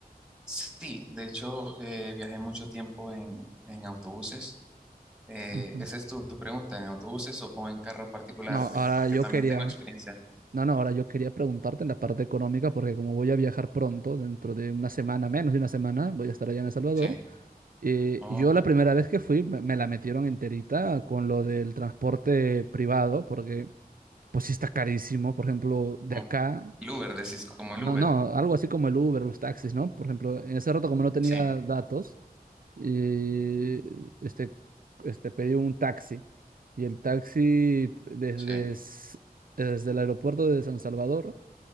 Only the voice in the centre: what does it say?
sí, de hecho eh, viajé mucho tiempo en, en autobuses. Eh,
esa es tu, tu pregunta, ¿en autobuses o, o en carro particular?
Porque
también
tengo experiencia.
Sí,
oh,
como
el Uber, decís, como
el Uber.
Sí,
sí,